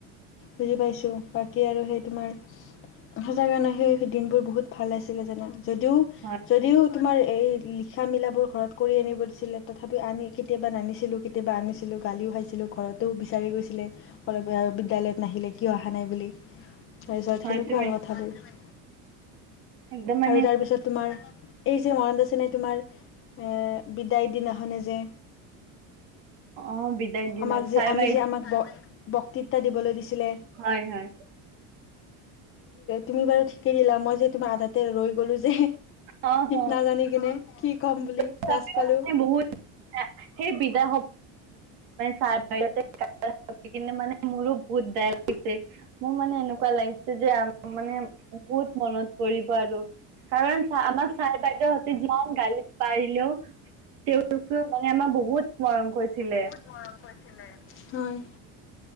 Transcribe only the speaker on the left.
বুজি পাইছো বাকী আৰু সেই তোমাৰ সঁচা কাৰণে সেই দিনবোৰ বহুত ভাল আছিলে যানা যদিও
যদিও তোমাৰ এই লিখা মিলাবোৰ ঘৰত কৰি আনিব দিছিলে তথাপি আনি কেতিয়াবা নানিছিলোঁ কেতিয়াবা আনিছিলোঁ গালিও খাইছিলোঁ ঘৰতো বিচাৰি গৈছিলে। ঘৰৰ পৰা বিদ্যালয়ত নাহিলে কিয় আহা নাই বুলি। তাৰপিছত
সেনেকুৱা
আৰু কথাবোৰ,
আৰু তাৰপিছত তোমাৰ এই যে মনত আছেনে তোমাৰ এ বিদায়ৰ দিনাখনে যে
আমাক যে
আমি
যে আমাক ব-বক্তৃত্বা দিবলৈ দিছিলে।
তুমি বাৰু ঠিকে দিলা মই যে তোমাৰ আধাতে ৰৈ গলোঁ যে।
নাজানি কিনে কি ক'ম বুলি।
লাজ পালোঁ
মৰম কৰিছিলে হয়।